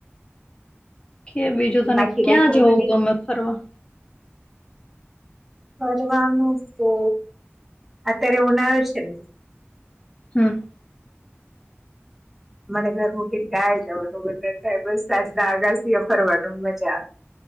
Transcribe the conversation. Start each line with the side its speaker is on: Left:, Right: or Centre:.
Left: કે, બીજું તને
Centre: બાકી
Left: ક્યાં
Centre: રસોઈ
Left: જવું ગમે ફરવા?
Centre: ફરવાનું તો, અત્યારે ઉનાળો છે, ને
Left: હમ્મ.
Centre: મને ઘર મુકીન ક્યાંય જવાનું મન ના થાય, બસ સાંજના અગાસીએ ફરવાનું, મજા.